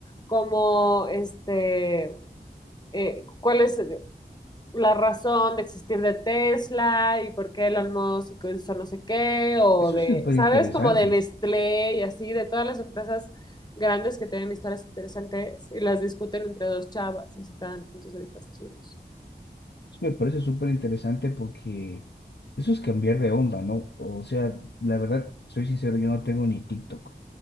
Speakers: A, on the left (about 25°); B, on the left (about 75°).
A: cómo, este, eh, cuál es... la razón de existir de Tesla y por qué Elon Musk hizo no sé qué, o
B: Eso
A: de,
B: es súper
A: ¿sabes?
B: interesante.
A: Como de Nestlé y así, de todas las empresas grandes que tienen historias interesantes y las discuten entre dos chavas y así te dan puntos de vista chidos.
B: Eso me parece súper interesante porque eso es cambiar de onda, ¿no? O sea, la verdad, soy sincero, yo no tengo ni TikTok.